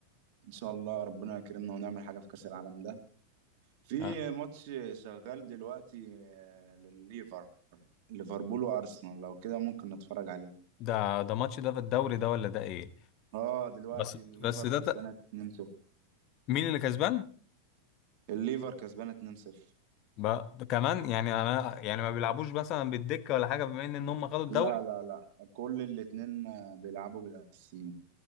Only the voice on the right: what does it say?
ان شاء الله ربنا يكرمنا ونعمل حاجة في كأس العالم ده في
ماتش شغال دلوقتي آه، للليفر ليفربول وارسنال لو كده ممكن نتفرج عليه
اه دلوقتي
الليفر
كسبانه
2-0
الليفر كسبانه 2-0
لا لا لا كل الاتنين آه، بيلعبوا بالاساسيين